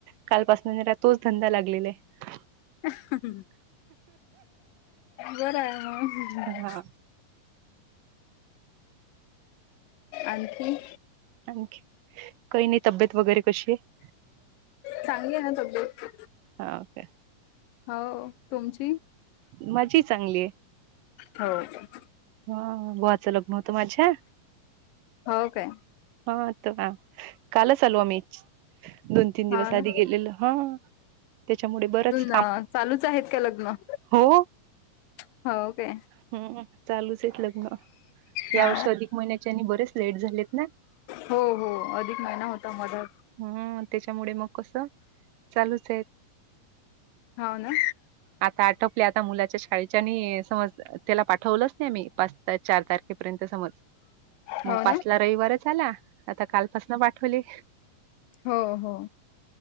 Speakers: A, on the right; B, on the left.
A: कालपासन जरा तोच धंदा लागलेला आहे.
B: हम्म बर आहे मग.
A: हा
B: आणखी?
A: आणखी काही नाही तब्येत वगैरे कशी आहे?
B: चांगली आहे ना तब्येत.
A: हा ओके.
B: हो तुमची?
A: माझी चांगली आहे.
B: हो ना.
A: हा भावाचं लग्न होतं माझ्या
B: हो काय.
A: हा तर का, कालच आलो आम्ही. दोन तीन दिवस
B: हा
A: आधी
B: ना
A: गेलेलो हा, त्याच्यामुळे बरच
B: ह चालूच आहेत का लग्न.
A: हो
B: हो ओके
A: ह चालूच हे लग्न या
B: हा
A: वर्ष अधिक महिन्याच्या आणि बरेच लेट झालेत ना
B: हो हो अधिक महिना होता मधात
A: हम्म त्याच्यामुळे मग कसं चालूच आहे.
B: हो ना
A: आता आटोपले आता मुलाच्या शाळेच्या आणि समज त्याला पाठवलंच नाही आम्ही पाच चार तारखेपर्यंत समज मग
B: हो
A: पाचला
B: ना
A: रविवारच आला आता कालपासन पाठवली
B: हो-हो.